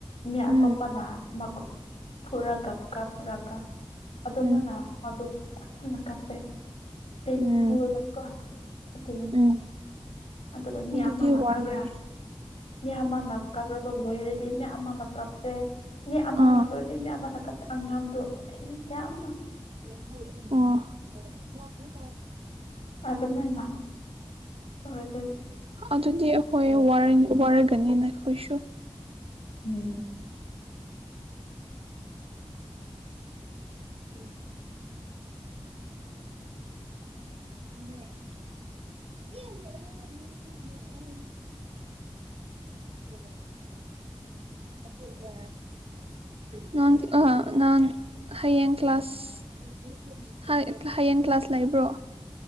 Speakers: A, on the left; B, on the right.
A: ꯃꯤ
B: ꯎꯝ
A: ꯑ ꯇꯣꯞꯄꯅ ꯃꯥꯈꯨꯠ ꯄꯨꯔꯒ ꯀꯥꯞꯔꯒ ꯑꯗꯨꯃꯥꯢꯅ
B: ꯎꯝ
A: ꯃꯗꯨ ꯌꯥꯝꯅ ꯀꯥꯞ ꯄꯦ ꯄꯦꯟꯐꯨꯜꯗꯀꯣ
B: ꯎꯝ
A: ꯑꯗꯨꯅꯦ
B: ꯎꯝ
A: ꯑꯗꯨꯒ ꯃꯤ
B: ꯑꯗꯨꯗꯤ
A: ꯑꯃꯅ
B: ꯋꯥꯔꯅꯤ
A: ꯀꯥꯞꯕ꯭ꯔꯥ ꯃꯤ ꯑꯃꯅ ꯀꯥꯞꯕ꯭ꯔꯥꯒ ꯂꯣꯏꯔꯦ ꯇꯦꯝꯃꯦ ꯑꯃꯥꯅ ꯀꯥꯞꯄꯦ ꯃꯤ ꯑꯃꯥꯅ
B: ꯑꯥ
A: ꯂꯣꯏꯗꯦ ꯃꯤ ꯑꯃꯥꯅ ꯀꯥꯄꯦ ꯑꯉꯥꯡꯗꯨ ꯌꯥꯝ
B: ꯑꯣ
A: ꯑꯗꯨꯃꯥꯢꯅ ꯑꯣꯢꯗꯣꯢ
B: ꯑꯗꯨꯗꯤ ꯑꯩꯈꯣꯏ ꯋꯥꯔꯒꯅꯤ ꯅꯈꯣꯏꯁꯨ
A: ꯎꯝ
B: ꯎꯝ <unintelligible> ꯑꯣ ꯑꯗꯨꯒ ꯉꯥꯡ ꯑ ꯅꯥꯟ ꯍꯌꯦꯡ ꯀ꯭ꯂꯥꯁꯥꯁ ꯍꯌꯦꯡ ꯀ꯭ꯂꯥꯁ ꯂꯩꯕ꯭ꯔꯣ